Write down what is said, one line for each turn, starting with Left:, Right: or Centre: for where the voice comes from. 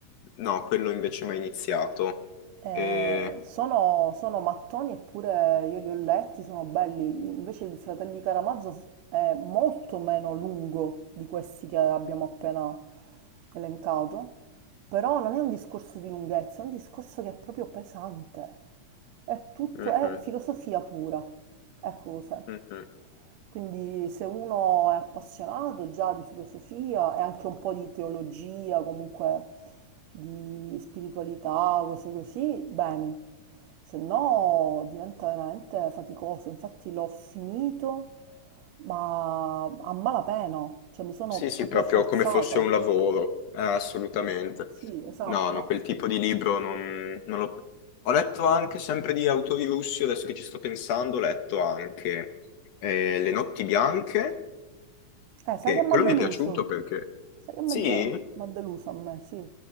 Left: No, quello invece mi ha iniziato.
Right: Eh,
Left: E...
Right: sono, sono mattoni eppure io li ho letti, sono belli. Invece il Fratelli Caramazzo è molto meno lungo di questi che abbiamo appena elencato, però non è un discorso di lunghezza, è un discorso che è proprio pesante. È tutto,
Left: Mhm,
Right: è filosofia pura. Ecco cos'è.
Left: mhm.
Right: Quindi se uno è appassionato già di filosofia e anche un po' di teologia, comunque di spiritualità, cose così, bene. Se no diventa veramente faticoso. Infatti l'ho finito, ma a malapena, cioè mi sono
Left: Sì, sì,
Right: proprio
Left: proprio
Right: forzata.
Left: come fosse un lavoro, eh, assolutamente.
Right: Sì, esatto,
Left: No, no,
Right: ma
Left: quel tipo di libro non, non l'ho... Ho letto anche sempre di autori russi, adesso che ci sto pensando, ho letto anche eh, Le notti bianche,
Right: eh, sai
Left: che
Right: che mi
Left: quello
Right: ha deluso?
Left: mi è piaciuto perché,
Right: Sai che mi
Left: sì,
Right: ha de- mi ha deluso a me, sì,